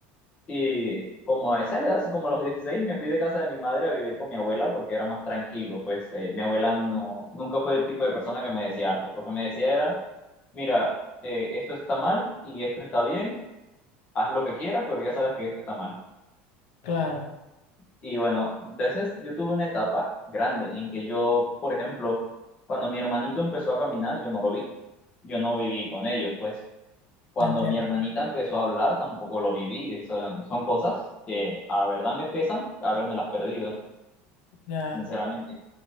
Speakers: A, on the left; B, on the left.
A: Y como a esa edad, como a los 16 me fui de casa de mi madre a vivir con mi abuela porque era más tranquilo. Pues eh, mi abuela no, nunca fue el tipo de persona que me decía algo. Lo que me decía era, mira, eh, esto está mal y esto está bien haz lo que quieras, pero ya sabes que esto está mal.
B: Claro,
A: Y bueno, entonces yo tuve una etapa grande en que yo, por ejemplo, cuando mi hermanito empezó a caminar, yo no lo vi. Yo no viví con ellos, pues. Cuando
B: entiendo.
A: mi hermanita empezó a hablar, tampoco lo viví. Eso- son cosas que a verdad me pesan haberme las perdido,
B: Ya.
A: sinceramente.